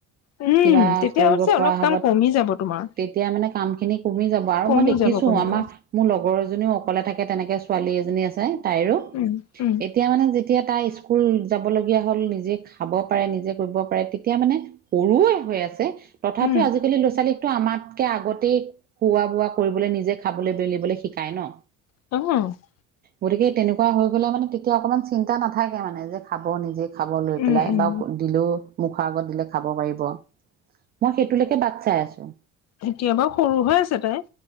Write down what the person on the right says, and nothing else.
কিবা
কৰিব
পৰা
হ'ব,
তেতিয়া মানে কাম খিনি কমি যাব। বাৰু
মই দেখিছো
আমাৰ
মোৰ লগৰ এজনীও অকলে থাকে, তেনেকে ছোৱালী এজনী তাইৰো।
এতিয়া মানে যেতিয়া তাই স্কুল যাবলগীয়া হ'ল নিজে খাব পাৰে, নিজে কৰিব পাৰে, তেতিয়া মানে সৰুৱে হৈ আছে, তথাপিও
আজিকালি ল'ৰা-ছোৱালী টো আমাতকে আগতেই খুৱ-বোৱা কৰিবলৈ নিজে খাবলৈ বেলিবলৈ শিকাই ন।
গতিকে তেনেকুৱা হৈ গ'লে মানে তেতিয়া অকণমান চিন্তা নাথাকে মানে যে খাব নিজে খাব লৈ
পেলাই
বা দিলেও মুখৰ আগত দিলে খাব পাৰিব। মই সেইটোলৈকে বাট চাই আছো।